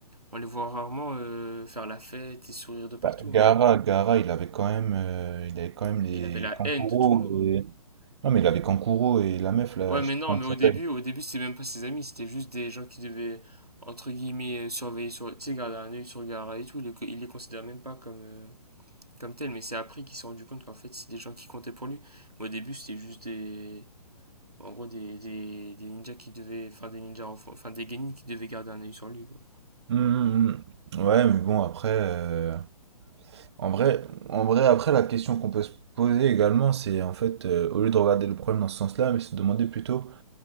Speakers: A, on the right; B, on the right.
A: on les voit rarement euh, faire la fête et sourire de partout.
B: Bah, Gaara,
A: hein.
B: Gaara, il avait quand même, euh, il avait quand même les
A: Il avait la
B: Kankuro.
A: haine de tout le monde,
B: et-
A: hein.
B: Non, mais il avait Kankuro et la meuf là,
A: Ouais,
B: je
A: mais
B: sais plus
A: non,
B: comment
A: mais
B: elle s'appelle.
A: au début, au début, c'était même pas ses amis, c'était juste des gens qui devaient, entre guillemets, euh, surveiller sur, tu sais, garder un œil sur Gaara et tout. Il les, co- il les considère même pas comme, euh, comme tels, mais c'est après qu'il s'est rendu compte qu'en fait, c'est des gens qui comptaient pour lui. Mais au début, c'était juste des, en gros, des, des, des ninjas qui devaient, enfin, des ninjas enfants, enfin, des genin qui devaient garder un œil sur lui, quoi.
B: Hum, hum, hum. Ouais, mais bon, après, euh, en vrai, en vrai, après, la question qu'on peut se poser également, c'est en fait, euh, au lieu de regarder le problème dans ce sens-là, mais se demander plutôt.